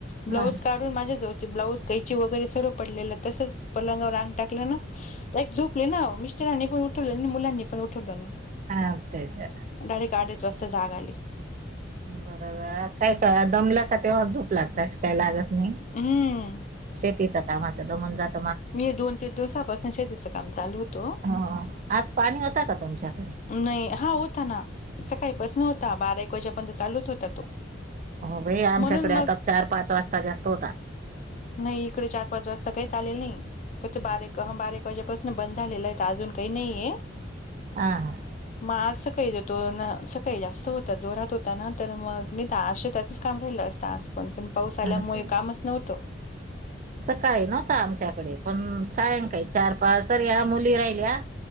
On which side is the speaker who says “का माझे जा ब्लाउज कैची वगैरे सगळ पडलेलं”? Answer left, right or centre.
Left